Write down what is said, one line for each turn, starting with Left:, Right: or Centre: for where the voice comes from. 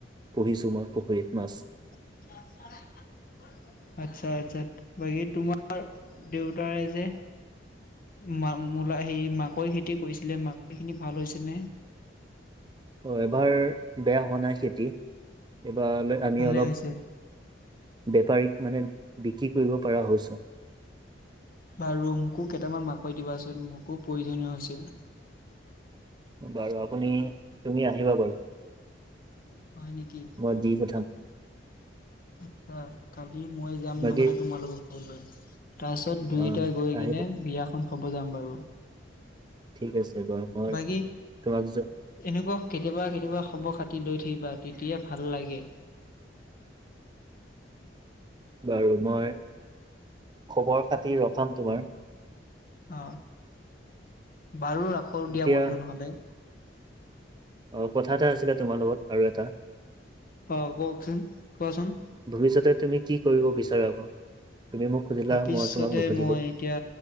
Right: পুহিছো মই পুখুৰীত মাছ।
Left: <unintelligible> আচ্ছা আচ্ছা বাকী তোমাৰ দেউতাৰ যে মা মূলা হে মাকৈ খেতি কৰিছিলে মাকৈ খিনি ভাল হৈছে নে।
Right: অ এবাৰ বেয়া হোৱা নাই খেতি এইবাৰ আমি
Left: ভালে
Right: অলপ।
Left: হৈছে
Right: বেপাৰীক মানে বিক্ৰী কৰিব পৰা হৈছোঁ।
Left: বাৰু মোকো কেইটামান মাকৈ দিবাচোন মোকো প্ৰয়োজনীয় হৈছে।
Right: বাৰু আপুনি তুমি আহিবা বাৰু
Left: হয় নেকি।
Right: মই দি পঠাম,
Left: আচ্ছা কালি মই যাম
Right: বাকী
Left: নহলে তোমালোকৰ ঘৰলৈ। তাৰ পিছত দুইটাই
Right: অ
Left: গৈ
Right: আহিবা
Left: কিনে বিয়াখন খাব যাম বাৰু
Right: ঠিক আছে বাৰু মই
Left: বাকী
Right: তোমাক যোৱা
Left: এনেকুৱা কেতিয়াবা কেতিয়াবা খবৰ খাতি লৈ থাকিবা তেতিয়া ভাল লাগে।
Right: বাৰু মই খবৰ খাতি ৰখাম তোমাৰ।
Left: অ বাৰু ৰাখোৰ
Right: এতিয়া
Left: দিয়া বন্ধু নহলে।
Right: অ কথা এটা আছিলে তোমাৰ লগত আৰু এটা,
Left: অ কওকচোন কোৱাচোন।
Right: ভৱিষ্যতে তুমি কি কৰিব বিচাৰা তুমি মোক সুধিলা
Left: ভৱিষ্যতে
Right: মই তোমাক নুসুধিলোঁ।
Left: মই এতিয়া